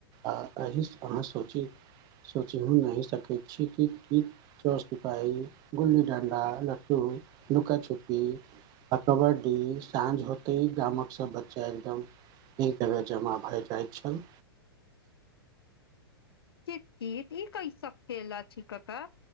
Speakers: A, on the right (about 30°); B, on the left (about 70°).
A: आ एहिस अहाँ सोचि सोचियो नहि सकैत छी कि की। चोर-सिपाही गुल्ली-डंडा, लट्टू, लुका-छुपी। आ कबड्डी साँझ होतै गामक सब बच्चा एकदम एक जगह जमा भऽ जाइत छल।
B: कित-कित ई कैसा खैला छैय कक्का